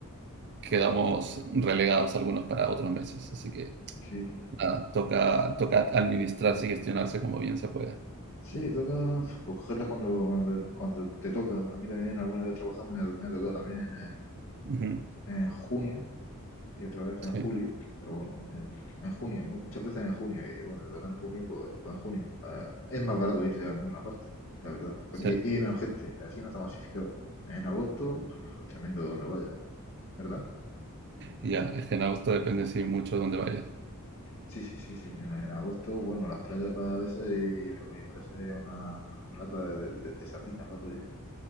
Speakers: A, on the right (about 50°); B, on the left (about 65°).
A: quedamos relegados algunos para otros meses. Así que
B: Sí, sí.
A: nada, toca, toca administrarse y gestionarse como bien se pueda.
B: Sí, toca pf, pues, cogerla cuando, cuando, cuando te toca. A mí también alguna vez trabajando me, me ha tocado también
A: Ujú,
B: en, en junio y otra vez en
A: Sí,
B: julio, pero bueno, eh, en junio, mu- muchas veces en junio y bueno, te tocan en junio, pues, pues en junio. Ah, es más barato irse a ninguna parte, la verdad. Porque-
A: sí.
B: Y, hay menos gente, así no está masificado. En agosto, pues, es tremendo donde vayas, ¿verdad?
A: Y Ya, es que en agosto depende, sí, mucho de dónde vayas.
B: Sí, sí, sí, sí. En, en agosto, bueno, las playas para veces y, y parece una lata de, de, de sardinas, va todo bien.